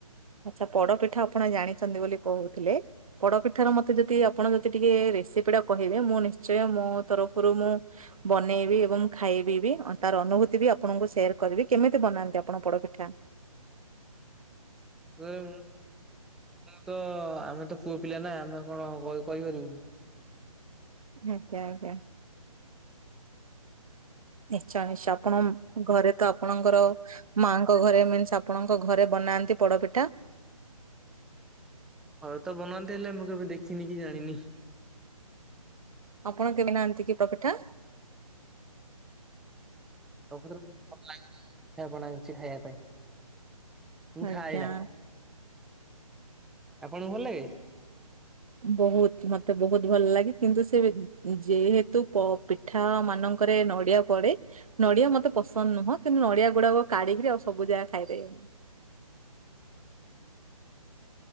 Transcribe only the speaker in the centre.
ମୁଁ ତ ଆମେ ତ ପୁଅ ପିଲା ନା ଆମେ କଣ କହିପାରିବୁନି?
ଘରେ ତ ବନାନ୍ତି ହେଲେ ମୁଁ କେବେ ଦେଖିନି କି ଜାଣିନି।
ତମ ଭିତରୁ ଖାଇବା ବଢ଼ାହେଇଚି ଖାଇବା ପାଇଁ ମୁଁ
ଖାଏନା। ଆପଣଙ୍କୁ ଭଲ ଲାଗେ